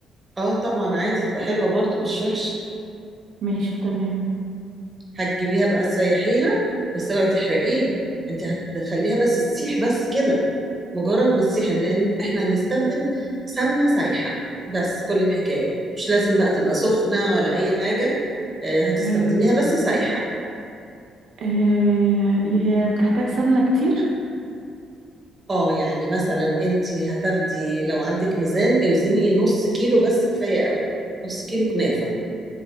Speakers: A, on the right (about 25°); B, on the right (about 75°).
A: اه طبعا عادي تبقى حلوة برضو مش وحشة
B: ماشي تمام
A: هتجيبيها بقى تسيحيها بس اوعي تحرقيها انت هتخليها بس تسيح بس كده مجرد مسيحا لان احنا هنستخدم سمنه سايحه بس كل الحكايه مش لازم بقى تبقى سخنه ولا اي حاجه آه، هتستخدميها
B: ايوه
A: بس سايحه
B: آه هي بتحتاج سمنه كتير
A: اه يعني مثلا انت هتاخدي لو عندك ميزان اوزني نص كيلو بس كفايه قوي نص كيلو كنافه